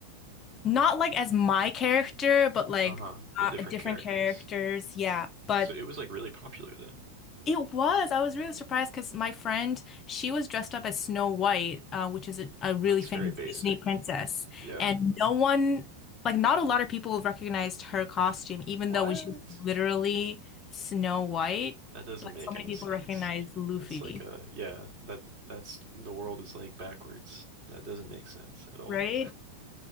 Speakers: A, on the left (about 30°); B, on the right (about 45°).
A: not like as my character but like
B: Uh-huh, but
A: uh,
B: different
A: different
B: characters.
A: characters yeah but
B: So it was like really popular then.
A: It was. I was really surprised because my friend, she was dressed up as Snow White, uh, which is a, a really
B: That's
A: famous
B: very basic.
A: Disney princess.
B: Yeah.
A: And no one, like, not a lot of people recognized her costume, even
B: What?
A: though when she was literally Snow White,
B: That doesn't
A: but
B: make
A: so
B: any
A: many
B: sense.
A: people recognized Luffy,
B: That's like a yeah, that that's the world is like backwards. That doesn't make sense at all.
A: right?